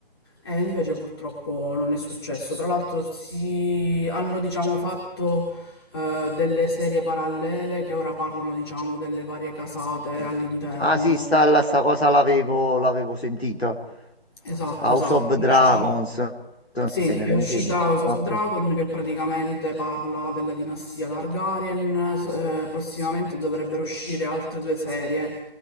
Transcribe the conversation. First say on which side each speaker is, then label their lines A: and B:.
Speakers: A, on the left (about 25°); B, on the left (about 85°).
A: E invece purtroppo non è successo. Tra l'altro si hanno, diciamo, fatto eh, delle serie parallele che ora parlano, diciamo, delle varie casate all'interno.
B: Ah sì, sta, la- sta cosa l'avevo l'avevo sentita.
A: Esatto,
B: House
A: esatto.
B: of
A: È
B: Dragons.
A: usci- Sì,
B: genere,
A: è uscita
B: mi sembra.
A: House
B: Ok.
A: of Dragon che praticamente parla della dinastia Targaryen. s- eh, prossimamente dovrebbero uscire altre due serie,